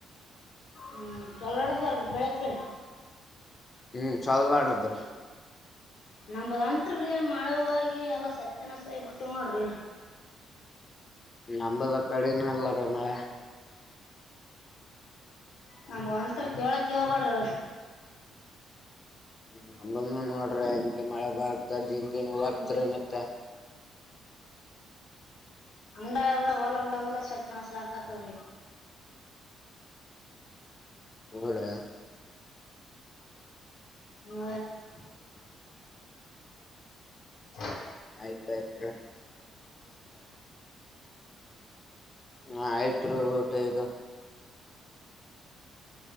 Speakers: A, on the left; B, on the left.
A: ಹ್ಮ್ ಚಲಡತ ಬೆಳತ್ರಿ.
B: ಹ್ಮ್ ಚಲ ಆಡಿದ್ರ
A: ನಮದಂತ್ರಿೀ ಮಳೆ ಹೋಗಿ ಎಲ್ಲಾ ಸತ್ಯನಸೈ ಬಿಿಟ್ಟು ನೋಡ್ರಿ.
B: ನಂಬದ ಕಡಿನೂ ಎಲ್ಲ ರೀ ಮಳೆ.
A: ನಮ ಒಂತ ಕೇಳಕ್ಕೆ ಹೋಗಬೇಡ್ರ.
B: ನಂಬಲ್ ನೋಡ್ರಿ ಹಿಂಗೆ ಮಳೆ ಬಾರತಂ ಹದ್ರ ಮತ್ತ.
A: ಹ ಅಂದ ಓಲ ಲಲ್ಲ ಸತಣ ಸಾಕಾ ತವ್ರ.
B: ಹೌದಾ
A: ಹ್ಮ
B: ಹ <inaudible>
A: ಹ <inaudible>
B: ಆಯ್ತಾಯಯ್ತು.
A: ಹ
B: ಹಾ ಆಯ್ತ್ ಊಟ ಇದು.